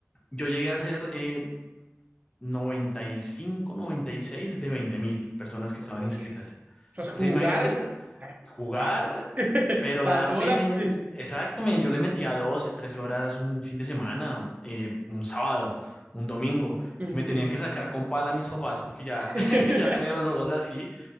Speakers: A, on the left (about 20°); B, on the right (about 35°).
A: Yo llegué a ser eh, noventa noventa y cinco noventa y seis de veinte mil personas que estaban
B: Oye,
A: inscritas.
B: eso. Entonces,
A: O
B: jugar
A: sea, imagínate el-
B: por jugar.
A: jugar,
B: Las, <laughs>
A: pero
B: las
A: darle,
B: horas
A: men,
B: que...
A: exacto, men, yo le metía 12 13 horas un fin de semana, eh, un sábado, un domingo,
B: Ujú,
A: que me tenían
B: ujú.
A: que sacar con pala a mis papás porque ya,
B: <laughs>
A: <laughs> ya tenía los ojos así